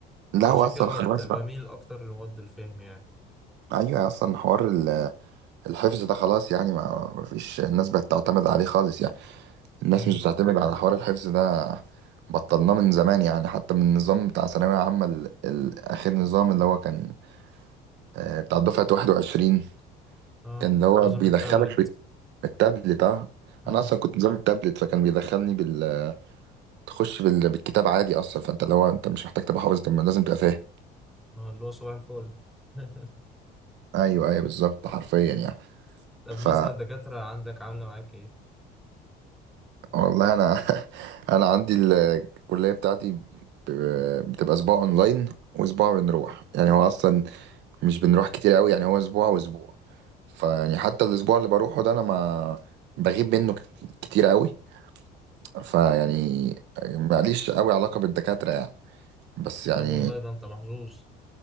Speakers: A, on the right; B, in the centre.
A: لا
B: فعشان
A: هو اصلا
B: كده
A: خلاص
B: بت- بميل
A: بقى
B: اكتر لمواد الفهم يعني
A: ايوه اصلا حوار ال- الحفظ ده خلاص يعني ما ما فيش الناس بقت تعتمد عليه خالص يعني الناس
B: مم.
A: مش بتعتمد على حوار الحفظ ده بطلناه من زمان يعني حتى من النظام بتاع ثانوية عامة ال- ال- آخر نظام اللي هو كان آه، بتاع دفعة 21
B: اه
A: كان اللي هو
B: نظام
A: بيدخلك
B: التابلت
A: بال- بالتابلت اه
B: اه
A: أنا أصلا كنت نظام التابلت فكان بيدخلني بال تخش بال... بالكتاب عادي أصلا فأنت اللي هو أنت مش محتاج تبقى حافظ طب ما لازم تبقى فاهم
B: آه، اللي هو صباح الفل <laughs>
A: أيوه أيوه بالظبط حرفيا يعني
B: طب
A: ف
B: مثلا الدكاترة عندك عاملة معاك ايه؟
A: والله أنا <laughs> أنا عندي ال- الكلية بتاعتي ب- بتبقى أسبوع أونلاين وأسبوع بنروح يعني هو أصلا مش بنروح كتير قوي يعني هو اسبوع واسبوع فيعني حتى الاسبوع اللي بروحه ده انا ما بغيب منه كت- كتير قوي فيعني ماليش قوي علاقة بالدكاترة يعني بس يعني
B: طب والله ده انت محظوظ